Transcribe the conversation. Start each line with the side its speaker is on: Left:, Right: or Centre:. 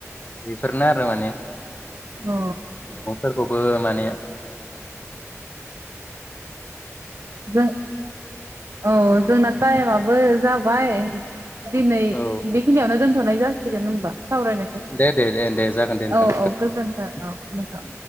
Left: बेफोरनो आरो माने
Right: औ
Left: मैगं फोरखौबो माने‌
Right: जों औ जोंना टाइमाबो जा बाय दिनै
Left: औ
Right: बेखिनियावनो दोनथ'नाय जास सिगोन होमबा। सावरायनायखौ
Left: दे दे दे दे जागोन दे नोंथां
Right: औ औ गोजोन्थों औ मोजां।